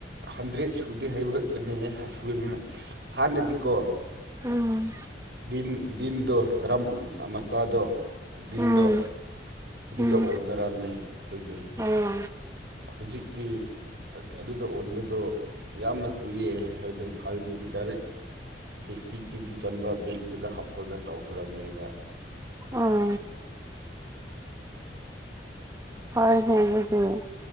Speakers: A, on the right; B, on the right.
A: ꯍꯟꯗ꯭ꯔꯦꯠ ꯁꯨꯗꯦ ꯍꯥꯏꯕ ꯈꯛꯇꯅꯦ꯫ <unintelligible> ꯍꯥꯟꯅꯗꯤꯀꯣ꯫
B: ꯎꯝ
A: ꯗꯤꯟ ꯗꯤꯟꯗꯣ ꯗꯔꯝ ꯃꯆꯥꯗꯣ ꯗꯤꯟꯗꯣ꯫
B: ꯎꯝ
A: ꯑꯗꯨꯗ
B: ꯎꯝ
A: ꯑꯣꯟꯅꯔꯝꯃꯦ ꯑꯩꯈꯣꯏꯗꯤ꯫
B: ꯑꯣ
A: ꯍꯧꯖꯤꯛꯇꯤ꯫ ꯑꯗꯨꯗ ꯑꯣꯟꯕꯗꯣ ꯌꯥꯝꯅ ꯀꯨꯏꯌꯦ ꯍꯥꯏꯗꯅ ꯍꯥꯏꯕꯒꯤ ꯗꯥꯏꯔꯦꯛ꯫ ꯐꯤꯐꯇꯤ ꯀꯦ ꯖꯤ ꯆꯟꯕ ꯕꯦꯛꯇꯨꯗ ꯍꯥꯞꯄꯒ ꯇꯧꯈ꯭ꯔꯕꯅꯦꯕ
B: ꯑꯣ ꯍꯣꯏꯅꯦ ꯑꯗꯨꯅꯦ